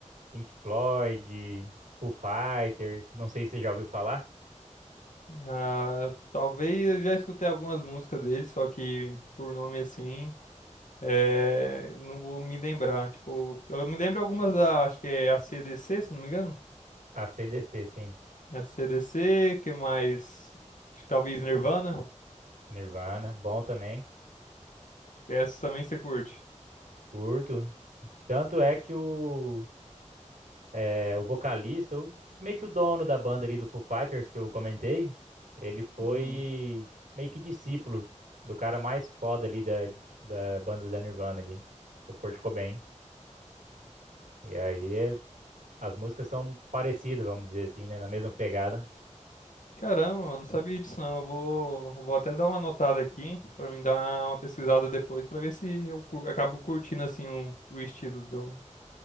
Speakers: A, on the right; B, on the left.
A: Pink Floyd, Foo Fighters, não sei se você já ouviu falar.
B: Ah, talvez eu já escutei algumas músicas dele, só que por nome assim, é, não vou me lembrar. Tipo, eu me lembro algumas da, acho que é a C D C se eu não me engano.
A: A C D C, sim.
B: A C D C que mais? Acho que talvez Nirvana.
A: Nirvana, bom também.
B: que Essas também você curte.
A: Curto. Tanto é que o, é, o vocalista, o- meio que o dono da banda ali do Foo Fighters que eu comentei, ele foi
B: Uhum.
A: meio que discípulo do cara mais foda ali da, da banda da Nirvana ali, do Kurt Cobain. E aí é As músicas são parecidas, vamos dizer assim, né? Na mesma pegada.
B: Caramba, eu não sabia disso não. Eu vou, eu vou até dar uma anotada aqui pra mim dar uma pesquisada depois pra ver se eu cu- acabo curtindo assim um- o estilo do,